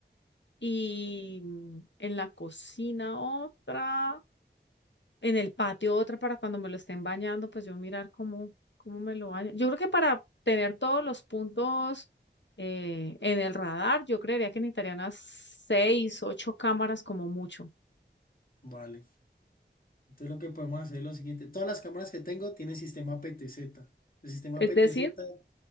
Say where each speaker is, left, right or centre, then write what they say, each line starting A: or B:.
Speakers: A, on the left (about 75°); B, on the left (about 50°).
A: y en la cocina otra, en el patio otra para cuando me lo estén bañando, pues yo mirar cómo, cómo me lo baño. Yo creo que para tener todos los puntos eh, en el radar, yo creería que necesitaría unas seis, ocho cámaras como mucho.
B: Vale. Entonces lo que podemos hacer es lo siguiente. Todas las cámaras que tengo tienen sistema PTZ. El sistema
A: Es
B: PTZ
A: decir,